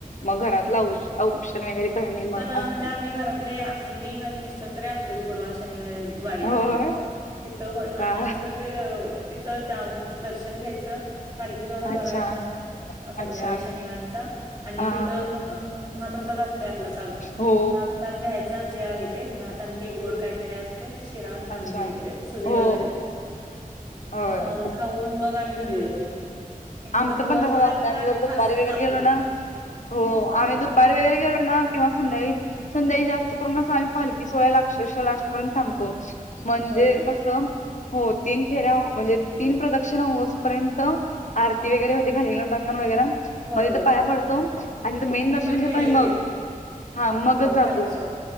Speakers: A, on the left; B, on the right.
A: मग घरातलं औ औषण वगैरे करणे मग
B: हा
A: असं
B: म्हणजे आम्ही घरातले असे मी माझे मिस्टर तरी असतोच गुरुवार शनिवारी वाडीवरती.
A: होय
B: तिथं होय
A: का
B: आणि आमच कस तिथं ज्याऊन दर्शन घ्यायचं. पालखी सोहळा बघायचा
A: अच्छा
B: संध्याकाळी
A: अच्छा
B: शनिवारचा आणि
A: हा
B: ति मग महाप्रसाद असतोय आपला चालू
A: हो
B: महाप्रसाद घ्याय च जे आहे ते भात आमटी गोड काहीतरी अस शिरा अन् सांजी
A: अच्छा
B: वगैरे सुजि
A: हो
B: वगैरे.
A: होय
B: ह खाऊन मग आम्ही घरी य एकदा
A: आमचं
B: गुरुवार
A: पण तसच
B: सोडायला
A: असतं
B: सुद्धा
A: जर
B: आम्ही खास
A: दुपारी वगैरे
B: जातोय
A: गेलो
B: तिथं.
A: ना हो
B: अ
A: आम्ही दुपारी वगैरे गेलो ना किंवा संध्याकाळी संध्याकाळी जास्त करूनच आम्ही पालखी सोहळ्याला अक्षरश लास्ट पर्यंत थांबतो म्हणजे
B: होय ना
A: कस हो तीन फेऱ्या म्हणजे तीन प्रदक्षिणा होसपर्यंत आरती वगैरे होते घालीन लोटांगण वगेरा.
B: होय
A: म
B: होय
A: तिथं पाया पडतो आणि तिथं मेन
B: मी
A: दर्शन
B: पण केले
A: घेतो आणि मग
B: ते
A: हा मगच जातो
B: पालखी सोहळा